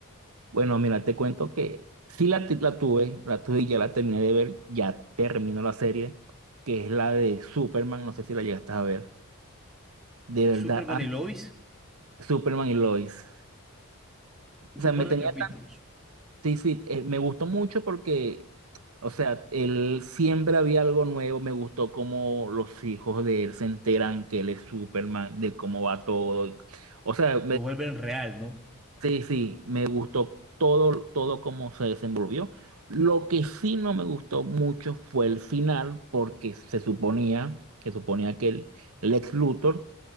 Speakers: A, on the right; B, in the centre.
A: Bueno, mira, te cuento que sí la, ti- la tuve, la tuve y ya la terminé de ver, ya terminó la serie, que es la de Superman, no sé si la llegaste a ver. De verdad,
B: Superman
A: a-
B: y Lois,
A: Superman y Lois. O
B: vi
A: sea,
B: un
A: me
B: par
A: tenía,
B: de capítulos,
A: sí, sí, eh, me gustó mucho porque, o sea, él siempre había algo nuevo, me gustó cómo los hijos de él se enteran que él es Superman, de cómo va todo. O sea,
B: lo vuelven real, ¿no?
A: Sí, sí, me gustó todo, todo cómo se desenvolvió. Lo que sí no me gustó mucho fue el final, porque se suponía, se suponía que el Lex Luthor